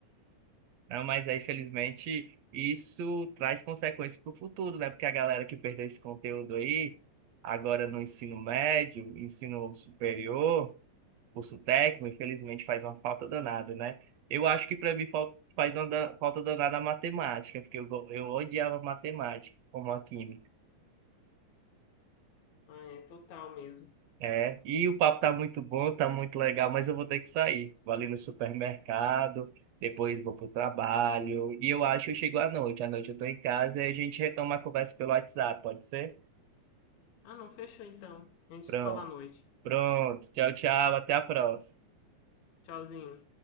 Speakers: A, on the right; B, on the left.
A: Não, mas aí, felizmente, isso traz consequências para o futuro, né? Porque a galera que perdeu esse conteúdo aí, agora no ensino médio, ensino superior, curso técnico, infelizmente faz uma falta danada, né? Eu acho que para mim fal- faz uma da- falta danada a matemática, porque eu, go- eu odiava matemática, como a química.
B: Ah, é total mesmo.
A: É, e o papo tá muito bom, tá muito legal, mas eu vou ter que sair. Vou ali no supermercado, depois vou pro trabalho, e eu acho que eu chego à noite. À noite eu tô em casa e a gente retoma a conversa pelo WhatsApp, pode ser?
B: Ah, não, fechou então. A gente
A: Pronto,
B: se fala à noite.
A: pronto. Tchau, tchau, até a próxima.
B: Tchauzinho.